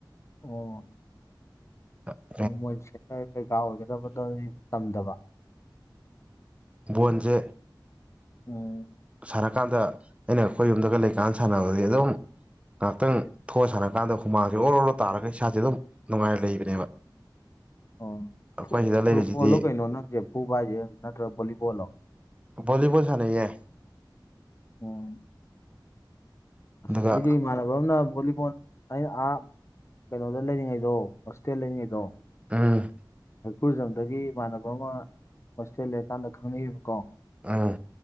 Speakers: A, on the left (about 35°); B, on the right (about 15°).
A: ꯑꯣ
B: ꯑ
A: ꯃꯣꯏ ꯁꯦꯇꯔ ꯀꯩꯀꯥ ꯑꯣꯏꯒꯗꯕꯗꯅꯤ ꯆꯝꯗꯕ
B: ꯕꯣꯟꯁꯦ
A: ꯎꯝ
B: ꯁꯥꯔ ꯀꯥꯟꯗ ꯑꯩꯅ ꯑꯩꯈꯣꯏ ꯌꯨꯝꯗꯒ ꯂꯩꯀꯥꯟꯗ ꯁꯥꯟꯅꯕꯁꯦ ꯑꯗꯨꯝ ꯉꯥꯏꯍꯥꯛꯇꯪ ꯊꯣꯛꯑ ꯁꯥꯟꯅ ꯀꯥꯟꯗ ꯍꯨꯃꯥꯡꯁꯦ ꯑꯣꯔꯣ ꯑꯣꯔꯣ ꯇꯥꯔꯒ ꯏꯁꯥꯁꯦ ꯑꯗꯨꯝ ꯅꯨꯡꯉꯥꯏꯔ ꯂꯩꯕꯅꯦꯕ
A: ꯑꯣ
B: ꯑꯩꯈꯣꯏ ꯁꯤꯗ
A: ꯐꯨꯠꯕꯣꯜꯂꯣ
B: ꯂꯩꯔꯤꯁꯤꯗꯤ
A: ꯀꯩꯅꯣ ꯅꯪꯁꯦ ꯐꯨꯕ ꯍꯥꯏꯁꯦ ꯅꯠꯇ꯭ꯔꯒ ꯚꯣꯂꯤꯕꯣꯜꯂꯣ
B: ꯕꯣꯜꯂꯤ ꯕꯣꯜ ꯁꯥꯅꯩ ꯌꯦ
A: ꯑꯣ ꯑꯁ
B: ꯑꯗꯨꯒ
A: ꯑꯩꯗꯤ ꯏꯃꯥꯟꯅꯕ ꯑꯃꯅ ꯚꯣꯂꯤꯕꯣꯜ ꯑ ꯑꯥ ꯀꯩꯅꯣꯗ ꯂꯩꯔꯤꯉꯩꯗꯣ ꯍꯣꯁꯇꯦꯜ ꯂꯩꯔꯤ ꯉꯩꯗꯣ
B: ꯎꯝ
A: ꯎꯈꯨꯜꯖꯝꯗꯒꯤ ꯏꯃꯥꯟꯅꯕ ꯑꯃ ꯍꯣꯁꯇꯦꯜ ꯂꯩꯔꯀꯥꯟꯗ ꯈꯪꯅꯔꯤꯕꯀꯣ
B: ꯑꯥ